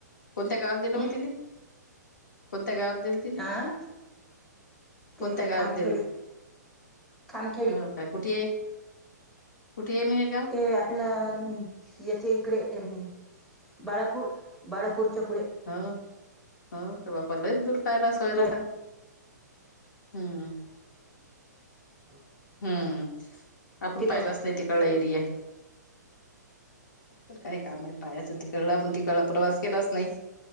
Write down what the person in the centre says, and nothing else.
हम्म
हा
ते
खामखेडी
खामखेडी
ते आपलं येथे इकडे अ बाळपू बाळपूरच्या पुळे
तु
क
तिथं